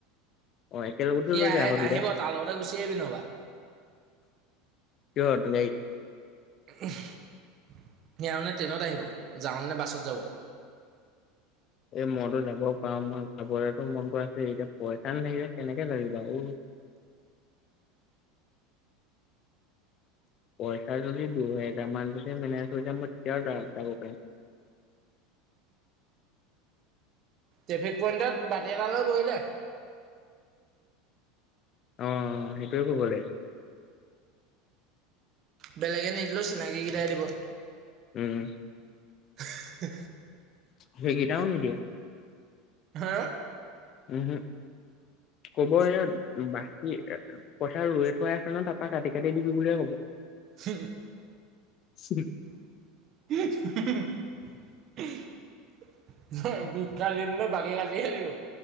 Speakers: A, on the left; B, on the right.
A: অ' একেলগতে
B: সি
A: লৈ
B: আহে,
A: যায় আকৌ দুইটাই।
B: আহিব তাৰ লগতে গুচি <unintelligible> বি নহবা।
A: কিহত, গাৰিত?
B: সেওঁ নে ট্ৰেইনত আহিব যাওঁ নে বাছত যাব।
A: এই মইটো যাব পাৰোঁ মই যাবৰেতো মনটো এতিয়া পইচা নেথাকে। কেনেকে লাগিবা উ পইচা যদি দুহেজাৰ মান যদি মেনেজ হৈ যাম মই তেতিয়াও যাব পাৰিম
B: ট্ৰেফিক পইণ্টত বাটি এটালৈ বহলো
A: অ সেইটোৱয়ে কব লাগ
B: বেলেগে নিদিলেঁ চিনাকীেইটাই দিব
A: উম
B: হ
A: হেগটন দিয়া
B: হা
A: উমহু ক'ব এ বা কি পইচা ৰৈ থৈ আছে ন তাৰাপৰা কাটি কাটি দিবি বুলিয়ে কব
B: উ
A: <inaudible>
B: <inaudible> বি কালিন ন বাকী কাটি খেলিব